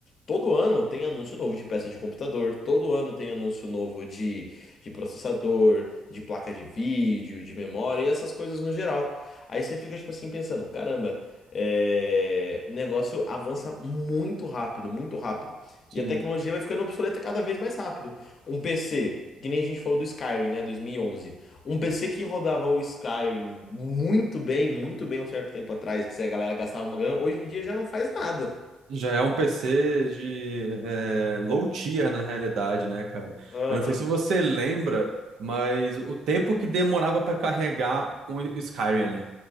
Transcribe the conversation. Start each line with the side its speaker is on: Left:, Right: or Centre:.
Left: todo ano tem anúncio novo de peça de computador, todo ano tem anúncio novo de, de processador, de placa de vídeo, de memória e essas coisas no geral. Aí você fica, tipo assim, pensando, caramba, é, o negócio avança muito rápido, muito rápido.
Right: sim.
Left: E a tecnologia vai ficando obsoleta cada vez mais rápido um PC, que nem a gente falou do Skyrim, né, dois mil e onze Um PC que rodava o Skyrim muito bem, muito bem um certo tempo atrás, que se a galera gastava uma grana, hoje em dia já não faz nada.
Right: Já é um PC de é, low tier na realidade, né, cara?
Left: Aham.
Right: Eu não sei se você lembra, mas o tempo que demorava pra carregar o Skyrim ali,